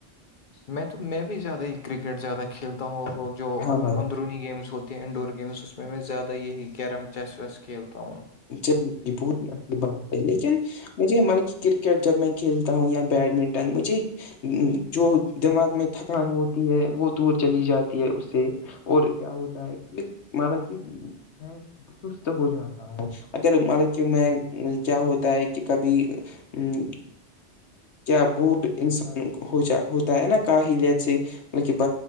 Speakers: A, on the left; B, on the left.
A: میں تو میں بھی زیادہ ہی کرکٹ زیادہ کھیلتا ہوں اور وہ جو
B: ہاں بھائی
A: اندرونی گیمس ہوتی کہ انڈور گیمز اس میں زیادہ یہی کیرم چیس ویس کھیلتا ہوں
B: چلیے یہ بہت ہی اچھی بات ہے لیکن مجھے مانا کے کہ کرکٹ جب میں کھیلتا ہوں یا بیڈمنٹن مجھے اں جو دماغ میں تھکان ہوتی ہے وہ دور چلی جاتی ہے اس سے اور کیا ہوتا ہے کہ مطلب کہ میں سست ہو جاتا اگر مانا کی میں کیا ہوتا ہے کہ کبھی ں کیا بور انسان ہوجا ہوتا ہے نا کاہل اسے مطلب